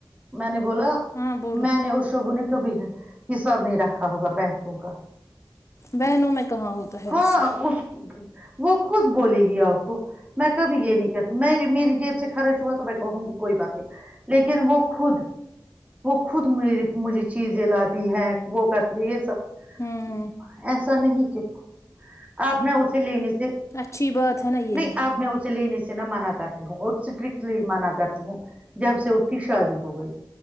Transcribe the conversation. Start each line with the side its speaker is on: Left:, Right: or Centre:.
Right: میں نے <unintelligible> بولا
Left: ہاں بولو
Right: میں نے اور سب نے <unintelligible> کبھی حصہ نہیں رکھا ہوگا پیسوں کا
Left: بہنوں میں کہاں ہوتا ہے
Right: ہاں
Left: ایسا
Right: اس وہ خود بولے گی آپ کو میں کب یہ نہیں کہ تھا میں میری جیب سے خرچ ہوا تو بیٹھے کہوں گی کوئی بات نہیں لیکن وہ خود وہ خود م مجھے چیزیں لاتی ہیں وہ کرتی ہے یہ سب
Left: ہوں
Right: ایسا ایا نہیں کہ آپ میں اسے لینے سے
Left: اچھی بات ہے نا یہی
Right: نہیں آپ میں اسے لینے سے نہ مانا کرتی ہوں اور اسٹرکٹلی مانا کرتی ہوں جب سے اس کی شادی ہو گئی